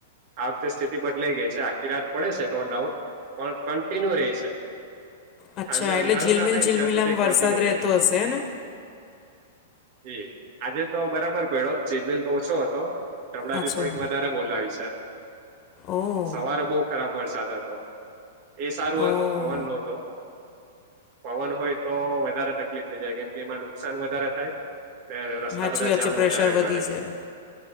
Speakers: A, on the right (about 45°); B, on the left (about 25°).
A: આ વખતે સ્થિતિ બદલાય ગઈ છે આખી રાત પડે છે નો ડાઉટ, પણ કન્ટિન્યુ રે છે,
B: અચ્છા
A: સાંજે
B: એટલે
A: અંધારું
B: ઝિલમિલ
A: ના થાય
B: ઝિલમિલ
A: ને ત્યાં સુધી
B: આમ વરસાદ
A: કન્ટિન્યુ રે
B: રહેતો
A: છે,.
B: હશે ને
A: એ આજે તો બરાબર પડ્યો જીરમીલ તો ઓછો હતો ધબડાટી
B: અચ્છા
A: થોડીક વધારે બોલાવી છે
B: ઓહ
A: સવારે બહું ખરાબ વરસાદ હતો., એ સારૂ
B: ઓહ
A: હતું પવન નોતો પવન હોય તો વધારે તકલીફ થઈ જાય કેમકે એમાં નુકસાન વધારે થાય, રસ્તા
B: હાચી
A: બધા
B: વાત
A: જામ
B: છેે પ્રેશર
A: વધારે
B: વધી
A: કરે
B: જાય,